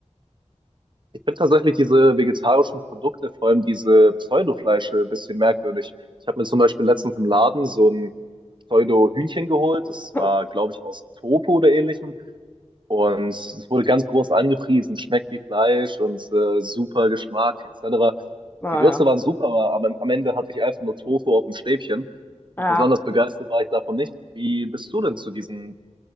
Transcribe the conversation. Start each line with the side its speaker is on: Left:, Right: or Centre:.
Right: Ich finde tatsächlich diese vegetarischen Produkte, vor allem diese Pseudofleische, ein bisschen merkwürdig. Ich habe mir zum Beispiel letztens im Laden so ein Pseudo-Hühnchen geholt. Das
Left: <laughs>
Right: war, glaube ich, aus Tofu oder ähnlichem. Und es wurde ganz groß angepriesen, schmeckt wie Fleisch und äh, super Geschmack etc.
Left: Naja.
Right: Gewürze waren super, aber am, am Ende hatte ich einfach nur Tofu auf dem Stäbchen.
Left: Ja.
Right: Besonders begeistert war ich davon nicht. Wie bist du denn zu diesen